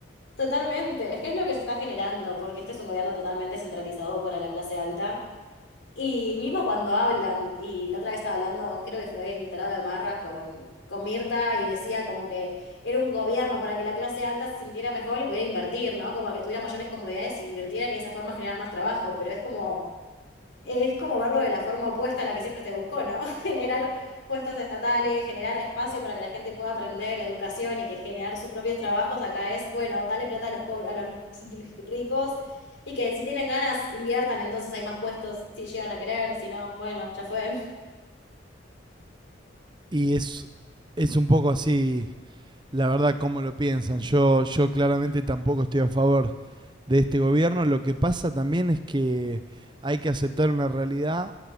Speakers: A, on the left; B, on the right.
A: Totalmente, es que es lo que se está generando, porque este es un gobierno totalmente centralizado para la clase alta y mismo cuando hablan, y la otra vez estaba hablando, creo que fue el tarado de Marra con, con Mirta, y decía como que era un gobierno para que la clase alta se sintiera mejor y pudiera invertir, ¿no? Como que tuviera mayores comodidades e invirtiera y de esa forma generar más trabajo, pero es como es como verlo de la forma opuesta a la que siempre se buscó, ¿no? <laughs> Generar puestos estatales, generar espacio para que la gente pueda aprender educación y que generar sus propios trabajos. Acá es, bueno, dale plata a los pobres, a los r- ricos y que si tienen ganas inviertan, entonces hay más puestos si llegan a querer, si no, bueno, ya fue.
B: Y es, es un poco así la verdad cómo lo piensan. Yo, yo claramente tampoco estoy a favor de este gobierno. Lo que pasa también es que hay que aceptar una realidad